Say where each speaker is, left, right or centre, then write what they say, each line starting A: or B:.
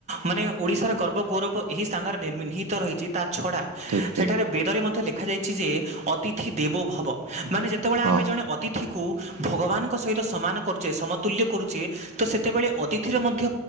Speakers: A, on the right; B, on the right.
A: ମାନେ ଓଡ଼ିଶାର ଗର୍ବ ଗୌରବ ଏହି ସ୍ଥାନରେ ନିର୍ମି ନିର୍ହିତ ରହିଛି ତା ଛଡ଼ା
B: ଠିକ ଠିକ
A: ସେଠାରେ ବେଦରେ ମଧ୍ୟ ଲେଖାଯାଇଛି ଯେ ଅତିଥି ଦେବୋ ଭବ, ମାନେ ଯେ ତେବେଳେ
B: ହଁ।
A: ଆମେ ଜଣେ ଅତିଥିକୁ ଭଗବାନଙ୍କ ସହିତ ସମାନ କରୁଛେ ସମତୁଲ୍ୟ କରୁଛେ ତ ସେତେବେଳେ ଅତିଥିରେ ମଧ୍ୟ